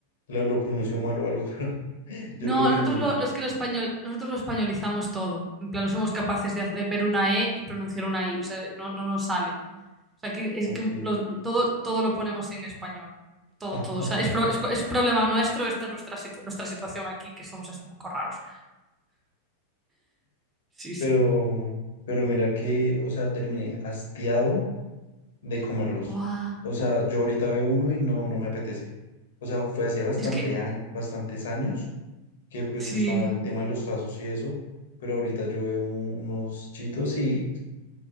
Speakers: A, on the left (about 60°); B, on the right (about 15°).
A: lo, lo pronunció mal o algo, <laughs> pero yo
B: No,
A: creo que
B: nosotros
A: es lo mismo.
B: lo, lo- es que lo español, nosotros lo españolizamos todo. En plan, no somos capaces de, hace- de ver una E y pronunciar una I, o sea, no, no nos sale. O sea, aquí es
A: Ok.
B: que lo- todo, todo lo ponemos en español. Todo, todo.
A: <laughs>
B: O sea, es, pro- es- es problema nuestro, esta es nuestra, situ- nuestra situación aquí, que somos así un poco raros. Sí, sí.
A: Pero, pero mira que, o sea, terminé hastiado de comerlos.
B: Buah.
A: O sea, yo ahorita veo uno y no, no me apetece. O sea, fue hace bastante
B: Y es que,
A: a- bastantes años que pues
B: sí.
A: estaba el tema de los tazos y eso, pero ahorita yo veo un- unos chitos y